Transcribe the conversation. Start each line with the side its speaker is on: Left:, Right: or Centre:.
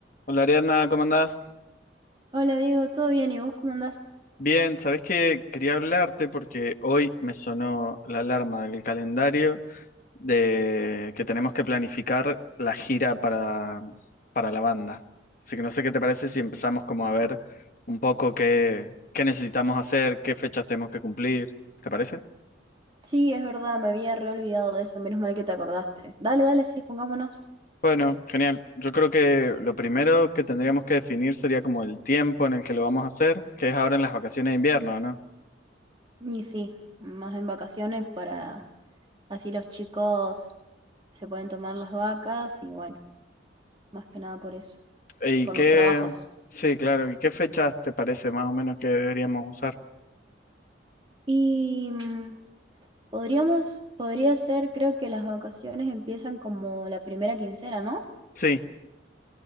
Left: Hola Ariana, ¿cómo andás?
Right: Hola Diego, ¿todo bien? ¿Y vos cómo andás?
Left: Bien, ¿sabés qué? Quería hablarte porque hoy me sonó la alarma del calendario de que tenemos que planificar la gira para, para la banda. Así que no sé qué te parece si empezamos como a ver un poco qué, qué necesitamos hacer, qué fechas tenemos que cumplir. ¿Te parece?
Right: Sí, es verdad, me había reolvidado de eso, menos mal que te acordaste. Dale, dale, sí, pongámonos.
Left: Bueno, genial. Yo creo que lo primero que tendríamos que definir sería como el tiempo en el que lo vamos a hacer, que es ahora en las vacaciones de invierno,
Right: Y sí, más en vacaciones para así los chicos se pueden tomar las vacas y bueno, más que nada por eso,
Left: ¿Y
Right: por
Left: qué?
Right: los trabajos.
Left: Sí, claro. ¿Y qué fechas te parece más o menos que deberíamos usar?
Right: Y mm, podríamos, podría ser, creo que las vacaciones empiezan como la primera quincena, ¿no?
Left: Sí,